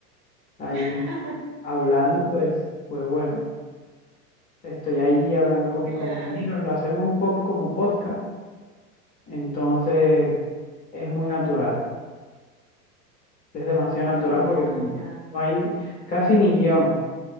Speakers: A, on the left (about 20°); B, on the right (about 65°).
A: Ahí
B: <laughs>
A: hablando, pues, pues bueno, estoy ahí hablando con mis
B: Claro.
A: compañeros, lo hacemos un poco como podcast. Entonces, es muy natural. Es demasiado natural
B: Ya,
A: porque no
B: ya,
A: hay ni- casi ni guión.